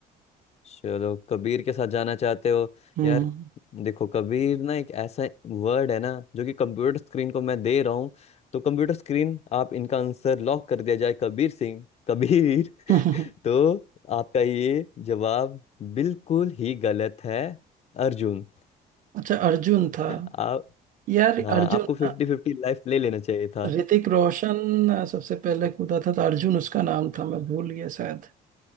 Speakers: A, on the left (about 40°); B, on the right (about 50°).
A: चलो कबीर के साथ जाना चाहते हो
B: हम्म
A: यार देखो कबीर ना एक ऐसा वर्ड है ना जो कि कंप्यूटर स्क्रीन को मैं दे रहा हूँ तो कंप्यूटर स्क्रीन आप इनका आंसर लॉक कर दिया जाए कबीर सिंह कबीर
B: <laughs>
A: <laughs> तो आपका ये जवाब बिल्कुल ही गलत है अर्जुन
B: अच्छा अर्जुन था
A: <laughs> आप
B: यार
A: हाँ
B: अर्जुन
A: आपको फिफ्टी
B: अ,
A: फिफ्टी लाइफ ले लेना चाहिए था
B: ऋतिक रोशन अ, सबसे पहले कूदा था तो अर्जुन उसका नाम था मैं भूल गया शायद